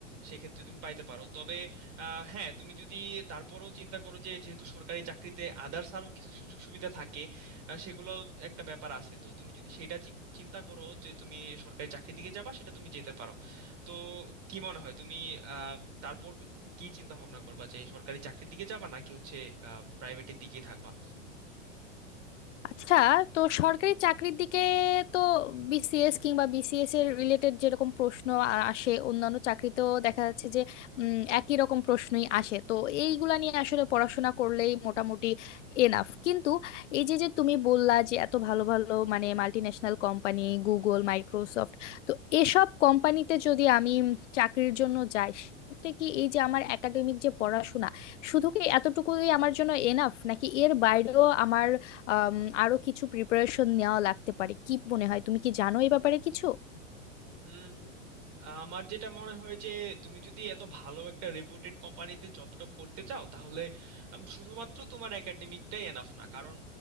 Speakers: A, on the right; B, on the left.
A: সেক্ষেত্রে তুমি পাইতে পারো তবে আহ হ্যাঁ তুমি যদি তারপরও চিন্তা করো যে যেহেতু সরকারি চাকরিতে আদার্স আরও কিছু সুযোগ সুবিধা থাকে আহ, সেগুলোও একটা ব্যাপার আছে তো তুমি যদি সেটা চি- চিন্তা করো যে তুমি সরকারি চাকরির দিকে যাবা সেটা তুমি যেতে পারো তো কি মনে হয় তুমি আহ তারপর কি চিন্তা ভাবনা করবা যে সরকারি চাকরির দিকে যাবা নাকি হচ্ছে আহ প্রাইভেটের দিকেই থাকবা
B: আচ্ছা তো সরকারি চাকরির দিকে তো বিসিএস কিংবা বিসিএস এর রিলেটেড যেরকম প্রশ্ন আ- আসে অন্যান্য চাকরিতেও দেখা যাচ্ছে যে উম, একই রকম প্রশ্নই আসে তো এইগুলা নিয়ে আসলে পড়াশোনা করলেই মোটামুটি এনাফ কিন্তু এই যে যে তুমি বললা যে এত ভালো ভালো মানে মাল্টিন্যাশনাল কোম্পানি গুগল মাইক্রোসফট তো এসব কোম্পানিতে যদি আমি উম, চাকরির জন্য যাই সেক্ষেত্রে কি এই যে আমার একাডেমিক যে পড়াশোনা শুধু কি এতটুকুই আমার জন্য এনাফ নাকি এর বাইরেও আমার আম, আরো কিছু প্রিপারেশন নেওয়া লাগতে পারে কি মনে হয় তুমি কি জানো এই ব্যাপারে কিছু
A: হুম আমার যেটা মনে হয় যে তুমি যদি এত ভালো একটা রেপুটেড কোম্পানিতে জব টপ করতে চাও তাহলে উম, শুধুমাত্র তোমার একাডেমিকটাই এনাফ না কারণ